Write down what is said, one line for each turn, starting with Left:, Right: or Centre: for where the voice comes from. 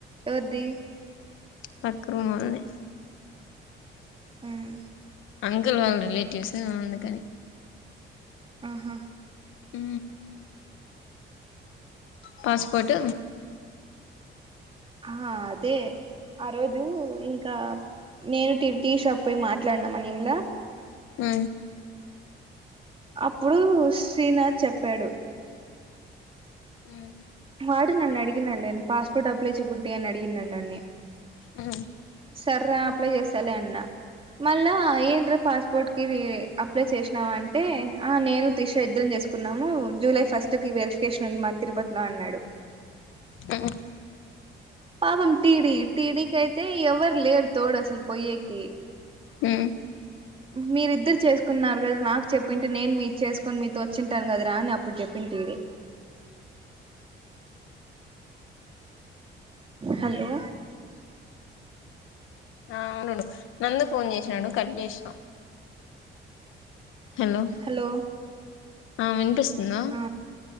Right: ఎవర్ది
Left: పక్కనా వాళ్ళది
Right: మ్
Left: అంకుల్ వాళ్ళ రిలేటివ్స్ అందుకని
Right: ఆహా
Left: ఉ పాస్పోర్ట్
Right: ఆహా అదే ఆ రోజు ఇంకా నేను టిర్ టి షాప్ పోయి మాట్లాడినామ్ అనిల్లా
Left: మ
Right: అప్పుడు శ్రీనాథ్ చెప్పాడు
Left: ఉమ్
Right: వాడు నన్ను అడిగినాడు లే నువు పాస్పోర్ట్ అప్లై చూపి అని అడిగినాడు నన్ని
Left: ఉ
Right: సరే రా అప్లై చేస్తాలే అన్నా మళ్ళా ఏమి రా పాస్పోర్ట్ కి అప్లై చేసినావ అంటే ఆ నేను త్రిష ఇద్దరం చేసుకు కున్నాము జూలై ఫస్ట్ కి వెరిఫికేషన్ ఉంది మా తిరుపతిలో అన్నాడు
Left: ఆ
Right: పాపం టీడీ టీడీకి అయితే ఎవ్వరు లేరు తోడు అసలు పొయ్యేకి
Left: హు
Right: మీరిద్దరు చేసుకున్నారు కదా నాకు చెప్పింటే నేను మీ చేసుకుని మీతో వచ్చింటాను కదారా అని అప్పుడు చెప్పింది టీ డీ హలో
Left: ఆ అవునవును నందు ఫోన్ చేసినాడు కట్ చేసిన హలో
Right: హలో
Left: ఆ వినిపిస్తుందా
Right: ఆ